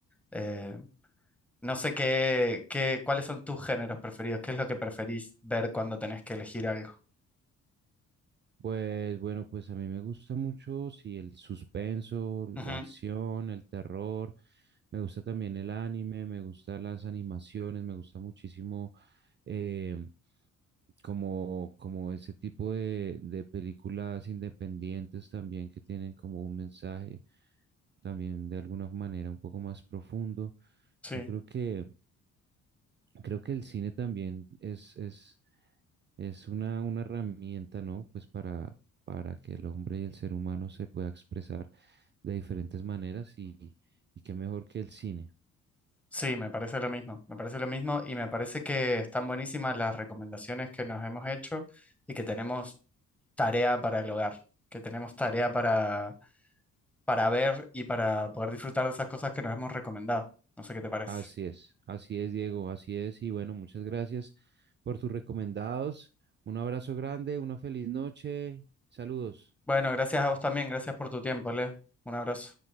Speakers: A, in the centre; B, on the right.
A: Eh, no sé qué, qué, cuáles son tus géneros preferidos, qué es lo que preferís ver cuando tenés que elegir algo.
B: Pues bueno, pues a mí me gusta mucho, sí, el suspenso,
A: Ujú,
B: la acción, el terror, me gusta también el anime, me gustan las animaciones, me gusta muchísimo eh, como, como ese tipo de, de películas independientes también que tienen como un mensaje también de alguna manera un poco más profundo.
A: Sí,
B: Yo creo que, creo que el cine también es es es una, una herramienta, ¿no? Pues para, para que el hombre y el ser humano se pueda expresar de diferentes maneras y, y qué mejor que el cine.
A: sí, me parece lo mismo, me parece lo mismo y me parece que están buenísimas las recomendaciones que nos hemos hecho y que tenemos tarea para el hogar, que tenemos tarea para para ver y para poder disfrutar de esas cosas que nos hemos recomendado. No sé qué te parece.
B: Así es, así es, Diego, así es. Y bueno, muchas gracias por tus recomendados. Un abrazo grande, una feliz noche. Saludos.
A: Bueno, gracias a vos también, gracias por tu tiempo, Leo. Un abrazo.